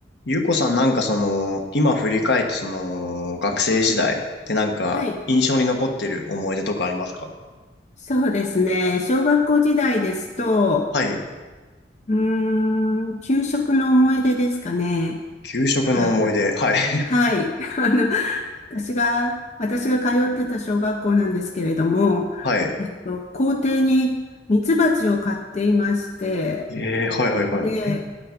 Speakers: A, on the left; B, on the left.
A: ゆうこさんなんかその、今振り返ってその、学生時代ってなんか印象に残ってる思い出とかありますか
B: はい。そうですね。小学校時代ですと、
A: はい。
B: うーん、給食の思い出ですかね。
A: 給食の思い出。
B: はい。
A: はい。<laughs>
B: はい。<laughs> あの、私が、私が通ってた小学校なんですけれども、
A: はい。
B: えっと、校庭にミツバチを飼っていまして、
A: ええー、はいはいはい。
B: で、